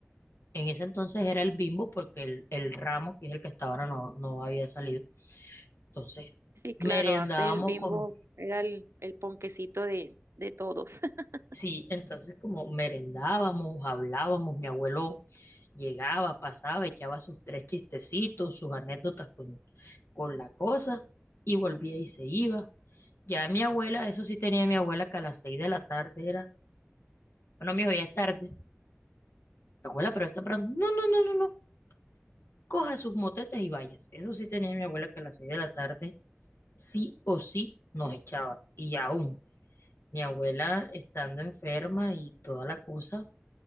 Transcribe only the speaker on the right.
Sí, claro,
antes el bimbo
era el, el ponquecito de, de todos. <laughs>